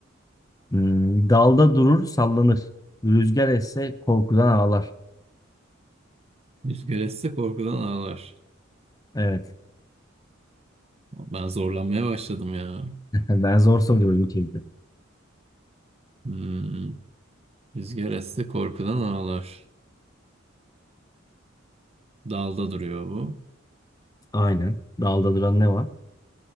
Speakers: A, on the left; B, on the right.
A: Hmm, dalda durur, sallanır. Rüzgar esse korkudan ağlar.
B: Rüzgar esse korkudan ağlar.
A: Evet.
B: Ben zorlanmaya başladım ya.
A: <laughs> Ben zor soruyorum çünkü.
B: Hmm. Rüzgar esse korkudan ağlar. Dalda duruyor bu.
A: Aynen. Dalda duran ne var?